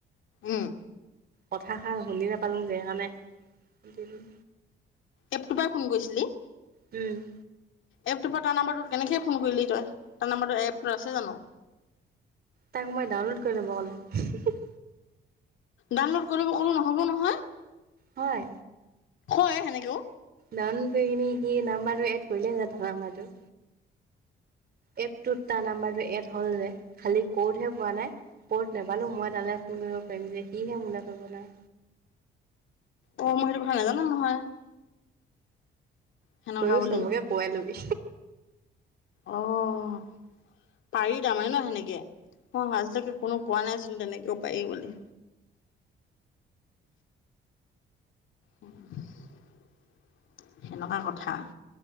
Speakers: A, on the left (about 75°); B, on the right (about 50°).
A: উম
B: কথাষাৰ শুনি নেপালোং যে সেইকাৰণে-
A: এপ তো পাই ফোন কৰিছিলি?
B: উম,
A: এপটোৰ পৰা তাৰ নাম্বৰটোত কেনেকে ফোন কৰিলি তই? তাৰ নাম্বৰটো এপটোত আছে জানো?
B: তাক মই ডাউনলোড কৰি ল'ব ক'লো। <unintelligible>
A: ডাউনলোড কৰিব কলো নহ'ব নহয়।
B: হয়।
A: হয় সেনেকেও।
B: নান গৈ কিনে সি নাম্বাৰটো এড কৰিলে <unintelligible> নাম্বাৰটো। এপটোত তাৰ নাম্বাৰটো এড হ'ল যে খালি ক'ডহে পোৱা নাই। ক'ড নেপালো মই তালে ফোন কৰিব পাৰিম যে সিহে মোলে কৰিব নোৱাৰে।
A: অহ, মই সেইটো কথা নাজানো নহয়। সেনেকুৱা
B: তইও
A: বুলি
B: চবকে পোৱাই লবি।
A: অহ, পাৰি তাৰমানে ন'সেনেকে? অহ, আজিলৈকে কোনো কোৱা নাইচোন তেনেকে। পাৰি বুলি। <unintelligible> সেনেকুৱা কথা।